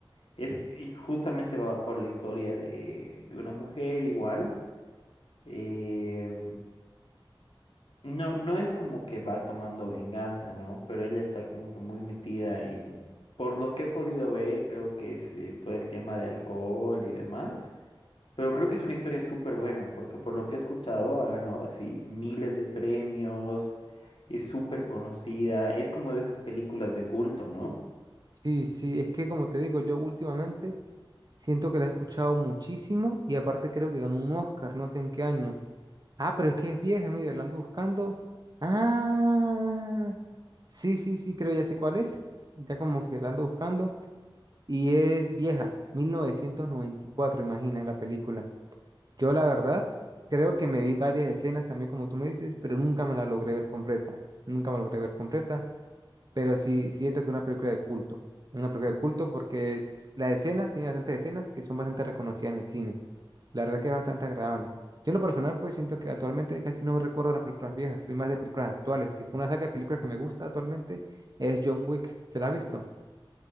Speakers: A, on the left; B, on the right.
A: Es y justamente va por la historia de, de una mujer igual. eh, no, no es como que va tomando venganza, ¿no? Pero ella está como que muy metida en, por lo que he podido ver, creo que es eh, todo el tema de alcohol y demás. Pero creo que es una historia súper buena, porque por lo que he escuchado ha ganado así miles de premios, es súper conocida, es como de esas películas de culto, ¿no?
B: Sí, sí, es que como te digo, yo últimamente siento que la he escuchado muchísimo y aparte creo que ganó un Oscar, no sé en qué año. Ah, pero es que es vieja, mire, la ando buscando. Ah, sí, sí, sí, creo ya sé cuál es. Ya como que la ando buscando y es vieja, mil novecientos noventa y cuatro imagina la película. Yo la verdad creo que me vi varias escenas también como tú me dices, pero nunca me la logré ver completa. Nunca me la logré ver completa, pero sí siento que es una película de culto. Una película de culto porque las escenas, tiene bastantes escenas que son bastante reconocidas en el cine. La verdad que es bastante agradable. Yo en lo personal pues siento que actualmente casi no recuerdo las películas viejas, soy más de películas actuales. Tipo una saga de películas que me gusta actualmente es John Wick. ¿Se la ha visto?